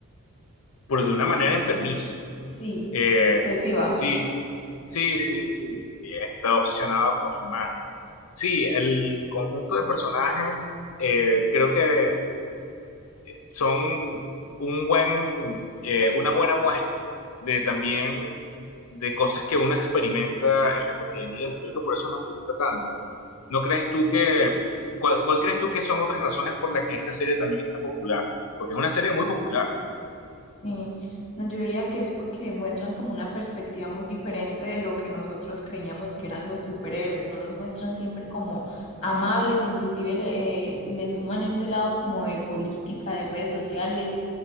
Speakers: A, on the left; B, on the left.
A: Pero de una manera enfermiza.
B: Sí,
A: Eh,
B: obsesiva.
A: sí, sí, sí, sí. Eh, Está obsesionado con su imagen. Sí, el conjunto de personajes eh, creo que son un buen, eh, una buena muestra de también de cosas que uno experimenta en la cotidianidad. Creo que por eso nos gusta tanto ¿No crees tú que, cuál, cuál crees tú que son otras razones por las que esta serie también está popular? Porque es una serie muy popular.
B: Sí. No, yo diría que es porque muestran como una perspectiva muy diferente de lo que nosotros creíamos que eran los superhéroes, no los muestran siempre como amables, inclusive le, eh, le suman este lado como de política, de redes sociales